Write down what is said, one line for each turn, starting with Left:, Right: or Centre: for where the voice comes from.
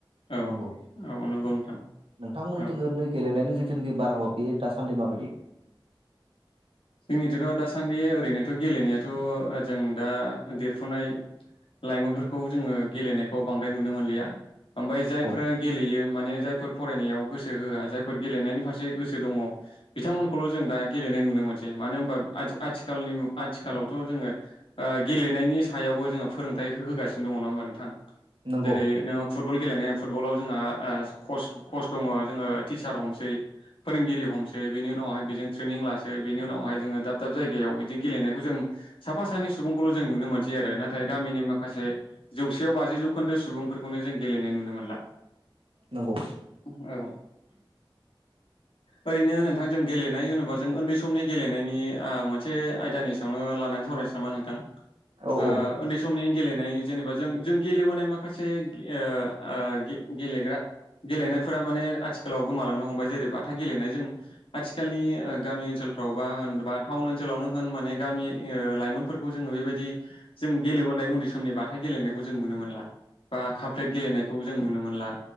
Left: औ
Right: नंगौ
Left: औ नंगौ नोंथां
Right: नोंथांमोननिथिं
Left: औ।
Right: ओरैनो गेलेनायनि जिथुनिखि बारहावा बेयो दास सान्दै माबायदि?
Left: जोंनिथिंथ' दासान्दि ओरैनोथ' गेलेनायाथ' जों दा देरफुनाय लाइमोनफोरखौ जोङो गेलेनायखौ बांद्राय नुनो मोनलिया। ओमफाय जायफोरा
Right: औ
Left: गेलेयो माने जायफोर फरायनायाव गोसो होआ जायफोर गेलेनायनि फारसे गोसो दङ बिथांमोनखौल' जों दा गेलेनाय नुनो मोनसै। मानो होनबा आथि-आथिखालनि आथिखालावथ' जोङो ओ गेलेनायनि सायावबो जोङो फोरोंथाइ होगासिनो दङ नङा होनोमबा नोंथां?
Right: नंगौ
Left: जेरै नोङो फु फुटबल गेलेनाय फुटबलाव जोंहा ओ कच कच दङ जोङो टिचार हमसै फोरोंगिरि हमसै बेनि उनावहाय बेजों ट्रेनिं लासै बेनि उनावहाय जोङो दाब दाब जायगायाव जों गेलेनायखौ जों साफा सानै सुबुंखौल' जों नुनो मोनसै आरो ना थाय गामनि माखासे जौसेआव बाजि जौखोनो सुबुं जों गेलनाय नुनो मोनला।
Right: नंगौ
Left: औ। ओरैनो नों बिथां जों गेलेनाय होनोबा जों ओन्दै सम समनि गेलेनायनि ओ मोनसे आयदानि सायावनो लानानै सावराय नामा नोंथां ओ
Right: औ औ
Left: ओन्दै समनि गेलेनाय जेनेबा जों जों गेलेबोनाय माखासे ओ ओ गेलेग्रा गेलेनायफोरा माने आथिखालाव गोमालांनो हमबाय जेरै बाथा गेलेनाय जों आथिखालनि ओ गामि ओनसोलाव <unintelligible> होनबा टाउन ओनसोलावनो माने गामि लाइमोनफोरखौ जोङो बेबायदि जों गेलेबोनाय उन्दै <unintelligible> बाथा गेलेनायखौ जों नु मोनो बा काप्लेट गेलेनायखौ जों नुनो मोनला